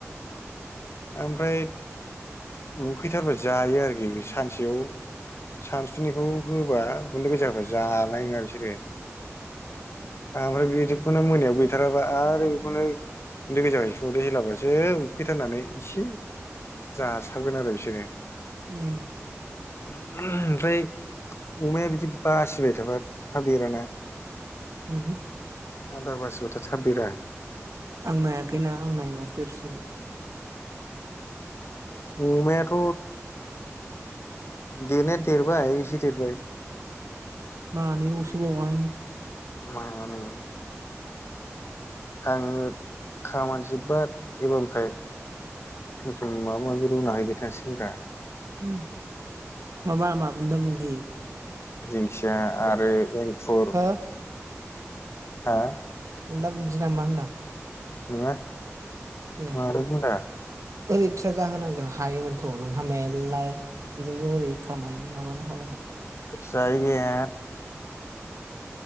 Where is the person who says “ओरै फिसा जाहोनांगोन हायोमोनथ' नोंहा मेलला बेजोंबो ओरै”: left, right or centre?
Right